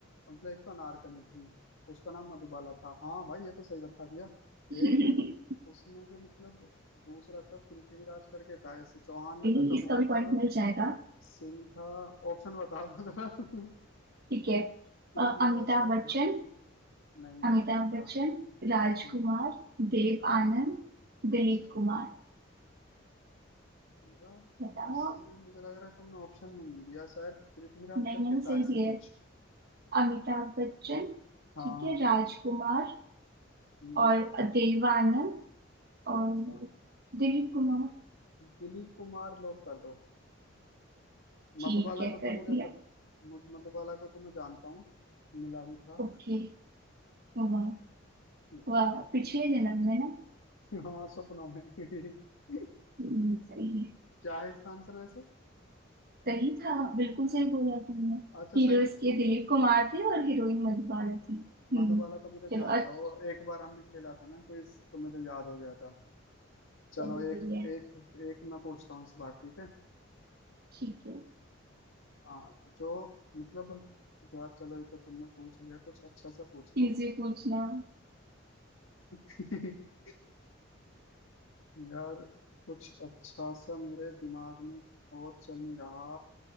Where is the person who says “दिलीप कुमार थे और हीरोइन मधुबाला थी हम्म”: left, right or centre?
Right